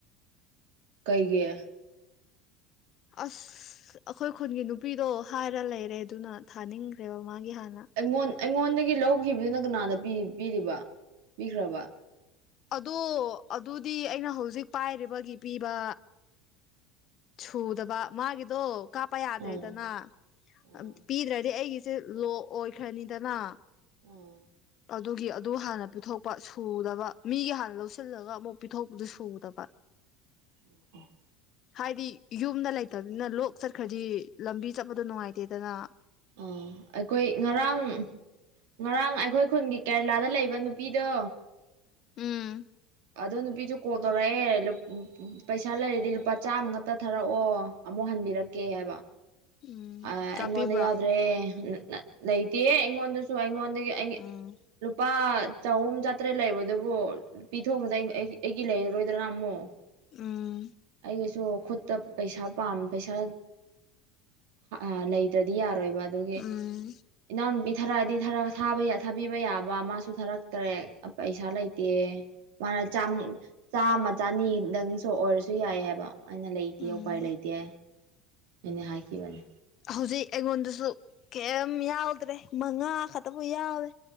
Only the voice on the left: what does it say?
ꯑꯁ ꯑꯈꯣꯏ ꯈꯨꯟꯒꯤ ꯅꯨꯄꯤꯗꯣ ꯍꯥꯏꯔ ꯂꯩꯔꯦ ꯗꯨꯅ ꯊꯥꯅꯤꯡꯈ꯭ꯔꯦꯕ ꯃꯥꯒꯤ ꯍꯥꯟꯅ
ꯑꯗꯣ ꯑꯗꯨꯗꯤ ꯑꯩꯅ ꯍꯧꯖꯤꯛ ꯄꯥꯏꯔꯤꯕꯒꯤ ꯄꯤꯕ ꯁꯨꯗꯕ ꯃꯥꯒꯤꯗꯣ ꯀꯥꯞꯄ ꯌꯥꯗ꯭ꯔꯦꯗꯅ
ꯑꯞ ꯄꯤꯗ꯭ꯔꯗꯤ ꯑꯩꯒꯤꯁꯦ ꯂꯣ ꯑꯣꯏꯈ꯭ꯔꯅꯤꯗꯅ
ꯑꯗꯨꯒꯤ ꯑꯗꯨ ꯍꯥꯟꯅ ꯄꯤꯊꯣꯛꯄ ꯁꯨꯗꯕ ꯃꯤꯒꯤ ꯍꯥꯟꯅ ꯂꯧꯁꯤꯜꯂꯒ ꯑꯃꯨꯛ ꯄꯤꯊꯣꯛꯄꯗꯨ ꯁꯨꯗꯕ
ꯍꯥꯏꯗꯤ ꯌꯨꯝꯗ ꯂꯩꯇꯕꯅꯤꯅ ꯂꯣꯛ ꯆꯠꯈ꯭ꯔꯗꯤ ꯂꯝꯕꯤ ꯆꯞꯄꯗꯣ ꯅꯨꯉꯥꯏꯇꯦꯗꯅ
ꯎꯝ
ꯎꯝ
ꯀꯥꯞꯄꯤꯕ꯭ꯔꯣ
ꯎꯝ
ꯎꯝ
ꯎꯝ
ꯎꯝ
ꯍꯧꯖꯤꯛ ꯑꯩꯉꯣꯟꯗꯁꯨ ꯀꯩꯝ ꯌꯥꯎꯗ꯭ꯔꯦ ꯃꯉꯥ ꯈꯠꯇꯕꯨ ꯌꯥꯎꯋꯦ